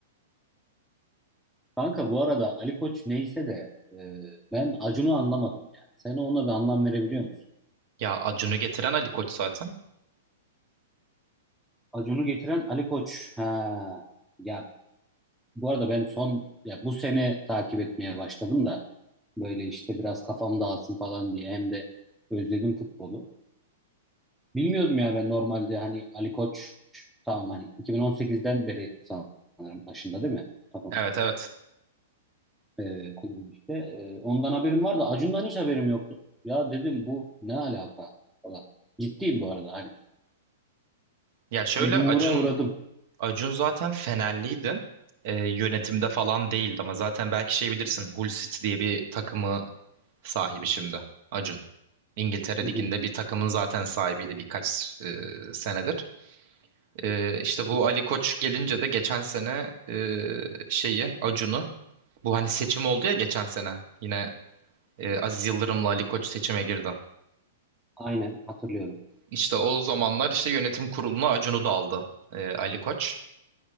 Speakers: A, in the centre; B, on the right.
A: <laughs> Kanka bu arada Ali Koç neyse de e, ben Acun'u anlamadım ya. Sen ona bir anlam verebiliyor musun?
B: Ya Acun'u getiren Ali Koç zaten.
A: Acun'u getiren Ali Koç. Ha. Ya bu arada ben son ya bu sene takip etmeye başladım da Böyle işte biraz kafam dağılsın falan diye hem de özledim futbolu. Bilmiyordum ya ben normalde hani Ali Koç tamam hani 2018'den beri sanırım başında değil mi? Tamam.
B: Evet evet.
A: Ee, kulübün işte. Ee, ondan haberim vardı. Acun'dan hiç haberim yoktu. Ya dedim bu ne alaka falan. Ciddiyim bu arada hani.
B: Ya şöyle
A: Bir dumura
B: Acun
A: uğradım.
B: Acun zaten Fenerliydi. Ee, yönetimde falan değildi ama zaten belki şey bilirsin Hull City diye bir takımı sahibi şimdi Acun. İngiltere
A: Hı
B: Ligi'nde
A: hı.
B: bir takımın zaten sahibiydi birkaç e, senedir. E, işte bu
A: Hı hı.
B: Ali Koç gelince de geçen sene e, şeyi Acun'u bu hani seçim oldu ya geçen sene yine E, Aziz Yıldırım'la Ali Koç seçime girdi.
A: Aynen hatırlıyorum.
B: İşte o zamanlar işte yönetim kuruluna Acun'u da aldı e, Ali Koç.